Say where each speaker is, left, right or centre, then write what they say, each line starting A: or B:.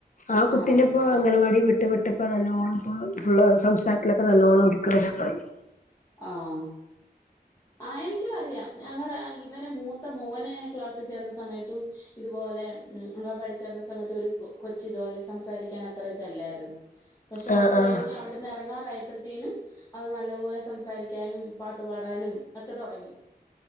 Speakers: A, on the left (about 50°); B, on the left (about 20°).
A: ആ കുട്ടിനെ
B: ആഹ്
A: ഇപ്പൊ അംഗൻവാടി വിട്ട് വിട്ട് ഇപ്പ നല്ലോണ്ണം ഇപ്പൊ ഫുള്ള് സംസാരത്തിലൊക്കെ നല്ലോണ്ണം കര തുടി <unintelligible>
B: ആഹ്. ആഹ് എനിക്കും അറിയാം ഞങ്ങടെ ആ ഇവനെ മൂത്ത മോനെ ക്ലാസ്സിൽ ചേർത്ത സമയത്തും. ഇതുപോലെ ഞാൻ പഠിച്ചേർന്ന സമയത്ത് ഒരു കൊച്ച് ഇതുപോലെ സംസാരിക്കാൻ അത്ര ഇതല്ലായിരു
A: <inaudible>
B: പക്ഷെ അത്
A: ആഹ്
B: കഴിഞ്ഞ് അവിടുന്ന് എറങ്ങാറായപ്പതീനും അത് നല്ലപോലെ സംസാരിക്കാനും പ ട്ട്പാടാനും ഒക്കെ തോടങ്ങി